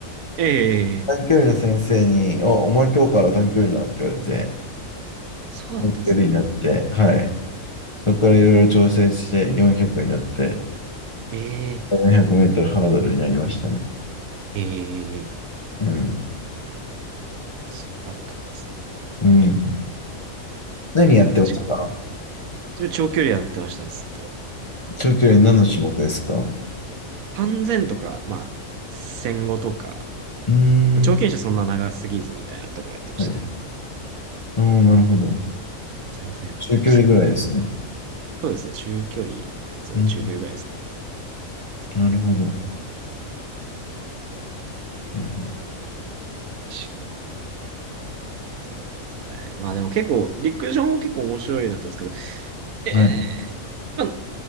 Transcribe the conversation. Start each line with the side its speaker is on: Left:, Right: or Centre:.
Right: ええ
Left: 短距離の先生に、お、お前今日から短距離だって言われて、
Right: そうだったんですね。
Left: 短距離になって、はい。そこからいろいろ調整して400になって、
Right: ええ、
Left: 400メートルハードルになりましたね。
Right: ええ、
Left: うん。
Right: そうだったんですね
Left: うん。何やってました
Right: まあ確かに。自分長距離やってましたね、ずっと。
Left: 長距離何の種目ですか
Right: 3 0とか、まあ、1 5とか、
Left: うー
Right: まあ、長距離じゃそんな長すぎずみたいなところやってましたね。
Left: ん。はい。ああ、なるほど。
Right: 全然、
Left: 中距離ぐらいですね。
Right: あれでしたけど。そうですね、中距離、そう中距離ぐらいですね。
Left: うん。なるほど。うん。
Right: しそうですね。まあでも結構、陸上も結構面白いなと思うんですけど、
Left: うんはい。
Right: ええ、まあ、